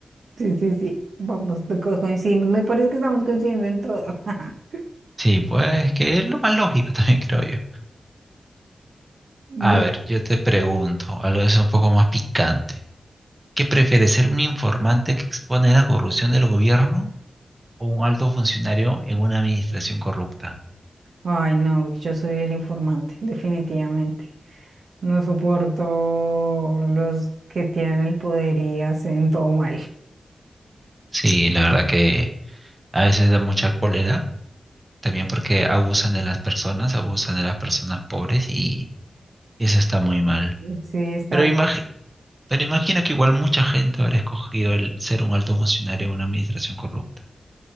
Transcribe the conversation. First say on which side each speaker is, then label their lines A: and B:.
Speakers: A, on the right (about 80°); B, on the right (about 25°).
A: Sí, sí, sí. Vamos, co- coincidimos. Me parece que estamos coincidiendo en todo. <laughs>
B: Sí, pues que es lo más lógico <laughs> también, creo yo.
A: Sí.
B: A ver, yo te pregunto, algo es un poco más picante. ¿Qué prefieres, ser un informante que expone la corrupción del gobierno o un alto funcionario en una administración corrupta?
A: Ay, no, yo soy el informante, definitivamente. No soporto los que tienen el poder y hacen todo mal.
B: Sí, la verdad que a veces da mucha cólera, también porque abusan de las personas, abusan de las personas pobres y eso está muy mal.
A: Sí, está
B: Pero imagi- pero imagino que igual mucha gente habrá escogido el ser un alto funcionario en una administración corrupta,